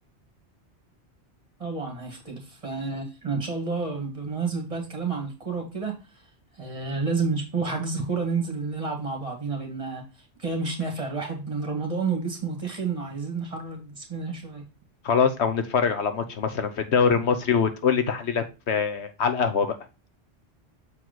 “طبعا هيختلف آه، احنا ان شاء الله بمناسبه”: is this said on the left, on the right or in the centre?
Right